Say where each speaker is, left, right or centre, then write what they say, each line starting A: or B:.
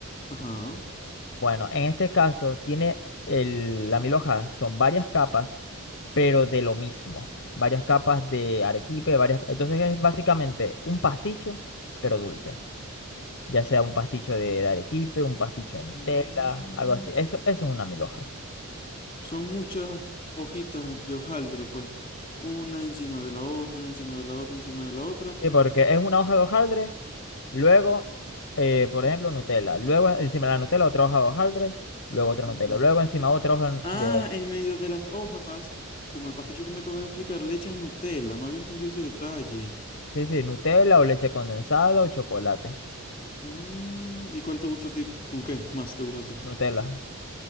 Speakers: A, on the left (about 20°); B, on the left (about 55°).
A: Ajá.
B: Bueno, en este caso tiene el, la milhoja, son varias capas, pero de lo mismo. Varias capas de arequipe, varias... Entonces es básicamente un pasticho, pero dulce. Ya sea un pasticho de, de arequipe, un pasticho de Nutella,
A: Mm,
B: algo así. Eso, eso es una milhoja.
A: Son muchas hojitas de hojaldre, pues. Una encima de la otra, encima de la otra, encima de la otra.
B: Sí, porque es una hoja de hojaldre, luego, eh, por ejemplo, Nutella. Luego encima de la Nutella otra hoja de hojaldre, luego otra
A: Mhm.
B: Nutella. Luego encima otra hoja
A: Ah,
B: de...
A: en medio de las hojas, como el pasticho que me acabas de explicar, le echan Nutella. No había entendido ese detalle.
B: Sí, sí, Nutella o leche condensada o chocolate.
A: Mm, ¿y cuál te gusta a ti? ¿Con qué más te gusta a ti?
B: Nutella.